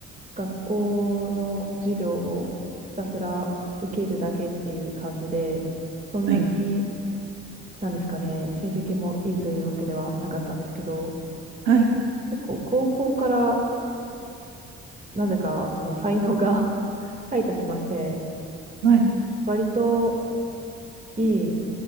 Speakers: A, on the right; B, on the right.
A: 学校の授業をひたすら受けるだけっていう感じで、そんなに、
B: はい。
A: なんですかね、成績もいいというわけではなかったんですけど、
B: はい
A: 結構高校からなぜかその才能が <laughs> 開花しまして、
B: はい
A: 割といい